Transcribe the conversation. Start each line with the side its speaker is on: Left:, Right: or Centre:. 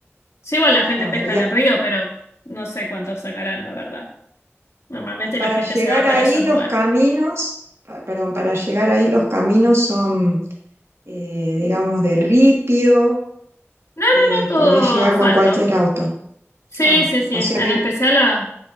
Left: Sí, igual la gente
Right: Claro,
Left: pesca
Right: ya.
Left: en el río, pero no sé cuántos sacarán, la verdad. Normalmente
Right: Y para
Left: la gente
Right: llegar
Left: se va para
Right: ahí
Left: esos
Right: los
Left: lugares.
Right: caminos, pa- perdón, para llegar ahí los caminos son, eh, digamos, de ripio,
Left: No, no,
Right: eh,
Left: no, todo
Right: podés llegar
Left: asfalto.
Right: con cualquier auto.
Left: Sí,
Right: Ah,
Left: sí, sí.
Right: o sea
Left: En
Right: que,
Left: especial a,